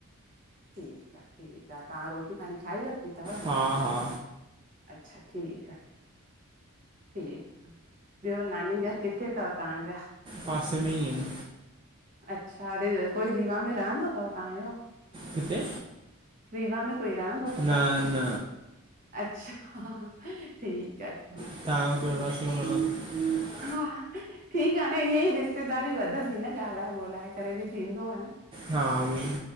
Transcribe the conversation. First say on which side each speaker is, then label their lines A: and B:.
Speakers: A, on the right; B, on the right.
A: ठीक आ ठीक आ तव्हां रोटी पाणी खाई वती तव?
B: हा हा
A: अच्छा ठीक आ ठीक ठीक ॿियो नानी घर किथे तव तव्हांजा?
B: पास में ही अईन।
A: अच्छा एॾे कोई रीवा में रहंदो तव तव्हांजो?
B: किथे?
A: रीवा में कोई रहंदो अथव
B: न न
A: अच्छा ठीक आ ठीक।
B: <unintelligible>
A: हा ठीक आ न ईअं ई रिश्तेदारी वधंदी न ॻाल्हाए ॿोलाए करे बि थींदो आ न।
B: हा ऊहोई।